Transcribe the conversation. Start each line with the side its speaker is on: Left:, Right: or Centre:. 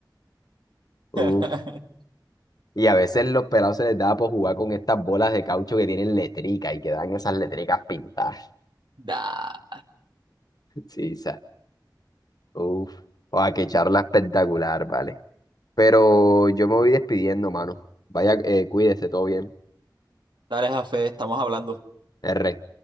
Right: <laughs>
Left: Uf. Y a veces los pelados se les daba por jugar con estas bolas de caucho que tienen letrica y que dan esas letricas pintadas. <laughs>
Right: Da.
Left: Sí, sa- Uf. a que charla espectacular, vale. Pero yo me voy despidiendo, mano. Vaya, eh, cuídese, todo bien.
Right: Dale, Jafé, estamos hablando.
Left: R.